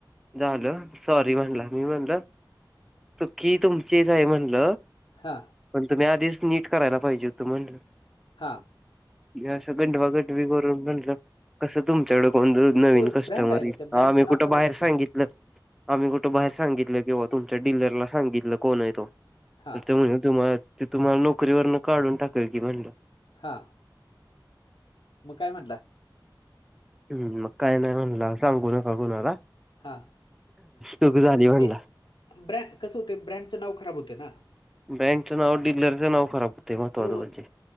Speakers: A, in the centre; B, on the left.
A: जाल सॉरी म्हणला मी म्हणल तुकी तुमचीच आहे म्हणल
B: हा
A: पण तुम्ही आधीच नीट करायला पाहिजे होत म्हणल
B: हा
A: हे अस गंडवागंडवी करून म्हणल कस तुमच्याकड कोण नवीन
B: होय
A: कस्टमर
B: ब्रँड आहे.
A: येईल
B: त्या ब्रँडचं
A: हा मी
B: नाव
A: कुठ
B: खराब
A: बाहेर
B: होतं
A: सांगितल
B: ना.
A: आम्ही कुठे बाहेर सांगितल किंवा तुमच्या डीलरला सांगितल कोण आहे तो
B: हां,
A: तर ते म्हण तुम्हाला ते तुम्हाला नोकरीवर काढून टाकेल की म्हणल.
B: हा मग काय म्हणला?
A: हम मग काय नाही म्हणला, सांगू नका कुणाला,
B: हां.
A: तुक झाली म्हणला
B: ते ब्रँड कसं होते ब्रँडचं नाव खराब होत ना
A: ब्रन्ड नाव डीलरच नाव खराब होतंय महत्वाचं
B: हो
A: म्हणजे